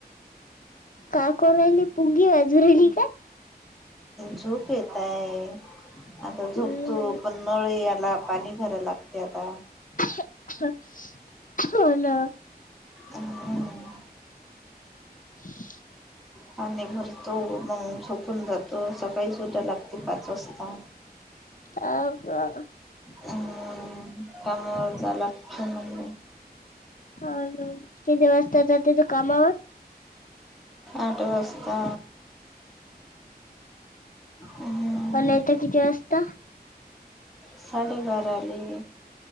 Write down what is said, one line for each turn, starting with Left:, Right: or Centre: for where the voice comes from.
Left: काम करून राहिली पुंगी वाजून राहिली का?
Centre: झोप येतय. आता झोपतो
Left: हम्म.
Centre: पण नळ याला पाणी भरय लागते आता.
Left: <unintelligible> हो ना.
Centre: हम्म.
Left: <inaudible>
Centre: पाणी भरतो, मग झोपून जातो स सकाळीच उटाव लागते पाच वाजता.
Left: हा का?
Centre: हम्म. कामावर झाला <unintelligible>
Left: आणि किती वाजता जाते तू कामावर?
Centre: आठ वाजता. हम्म.
Left: अन येता किती वाजता?
Centre: साडेबारा ली